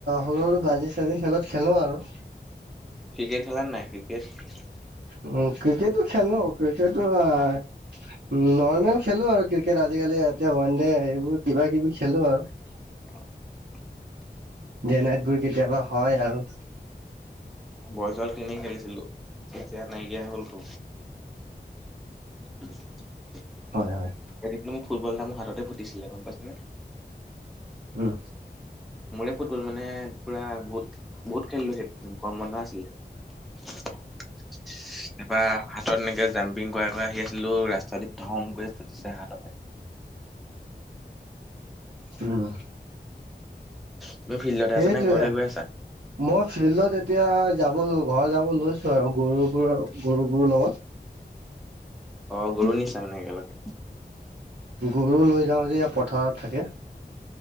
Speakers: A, on the right; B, in the centre.
A: সৰু সৰু বাজি চাজি খেলত খেলো আৰু।
B: ক্ৰিকেট খেলাৰ নাই ক্ৰিকেট?
A: উম, ক্ৰিকেটো খেলো ক্ৰিকেটো আই নৰ্মেল খেলো আৰু ক্ৰিকেট আজিকালি এতিয়া ওৱান দে এইবোৰ কিবা কিবি খেলো আৰু।
B: <unintelligible>
A: ডেনাইট বোৰ কেতিয়াবা হয় আৰু।
B: বল চল কিনি খেলিছিলো এতিয়া নাইকিয়া হল তো। <inaudible>
A: হয় হয়।
B: এদিন কিন্তু ফুটবল এটা মোৰ হাততে ফুটিছিলে, গম পাইছেনে?
A: উম,।
B: মোৰে ফুটবল মানে পুৰা বহুত বহুত খেলি লৈছিল গৰম বন্ধ আছিলে। এবা হাতত এনেকে জাম্পিং কৰাই কৰই আহি আছে। ছিলো ৰাস্তাতে ধম কৈ ফুটিছে হাততে।
A: উম
B: তুমি ফিল্ডতে
A: সেইটোৱে
B: আছা নে ঘৰলে গৈ আছা?
A: মই ফিল্ডত এতিয়া যাব ঘৰ যাব লৈছো আৰু গৰুবোৰৰ গৰুবোৰ লগত।
B: অ', গৰু নিচা মানে একেলগে।
A: গৰু লৈ যাওঁ যে ইয়াৰ পথাৰত থাকে।